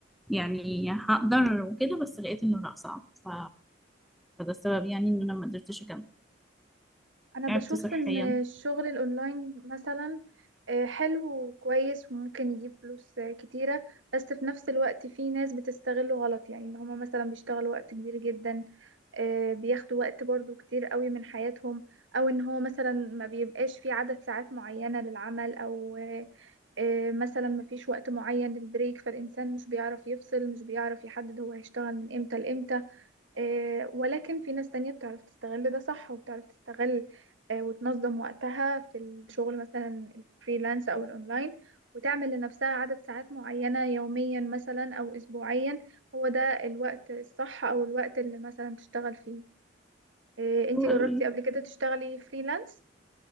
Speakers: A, in the centre; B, on the right.
A: يعني هقدر وكده بس لقيت إنه لأ صعب ف... فده السبب يعني إن أنا ما قدرتش أكمل
B: انا
A: تعبت
B: بشوف
A: صحيا
B: ان الشغل الاونلاين مثلا آه، حلو وكويس وممكن يجيب فلوس آه، كتيرة بس في نفس الوقت في ناس بتستغله غلط يعني ان هما مثلا بيشتغلوا وقت كبير جدا آه، بياخدوا وقت برضو كتير قوي من حياتهم او ان هو مثلا ما بيبقاش في عدد ساعات معينة للعمل او آه، آه، مثلا ما فيش وقت معين للبريك فالانسان مش بيعرف يفصل مش بيعرف يحدد هو هيشتغل من امتى لامتى آه، ولكن في ناس تانية بتعرف تستغل ده صح وبتعرف تستغل آه، وتنظم وقتها في الشغل مثلا الفريلانس أو الأونلاين وتعمل لنفسها عدد ساعات معينة يوميا مثلا أو أسبوعيا هو ده الوقت الصح أو الوقت اللي مثلا تشتغل فيه آه، انتي
A: وال...
B: جربتي قبل كده تشتغلي فريلانس